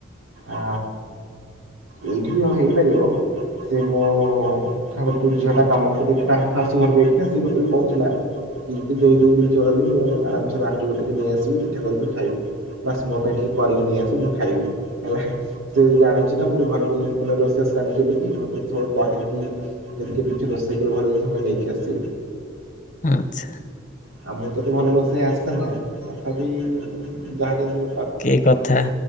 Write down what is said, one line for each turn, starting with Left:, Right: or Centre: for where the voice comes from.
Right: ଆ ଏଇଠି ବି ହ ହେଇପାରିବ। ସେ ମୋ ତାଙ୍କର ଯୋଉ ଝିଅ ଟା କାମ କରୁଛି, ତାଙ୍କ ଶାଶୁ ଘର ବି ଏଇଠି ନା ସେ ମତେ ବି କହୁଥିଲା <unintelligible> ଧୋଇ ଦୋବୁ ବିରି ଚାଉଳ ବି ମୁଁ ଆରାମ ସେ ବାଟି ବୁଟାକି ନେଇ ଆସିବି ପିଠା କରିକି ଖାଇବୁ। ବାସ, ମୋ ପାଇଁ ଟିକେ କରିକି ନେଇ ଆସିବୁ ମୁଁ ଖାଇବି। ହେଲା ସିଏ ଜାଣିଛି ନା ମୁଁ ଭଲ ମାନେ ଭଲ ରୋଷେଇ ତ ସେ ଜାଣିଚି ବୋଲିକି ମତେ ସବୁବେଳେ କହେ କି ଯଦି କେବେ କିଛି ରୋଷେଇ କରିବୁ ଘର ଜିନିଷ ମୋ ପାଇଁ ନେଇକି ଆସିବୁ।
Left: ଆଚ୍ଛା।
Right: ଆଉ ମୁଁ ତ ତ ଭଲ ରଷେଇ ଆସେନା ତଥାପି, ଯାହା ଜେମି
Left: କି କଥା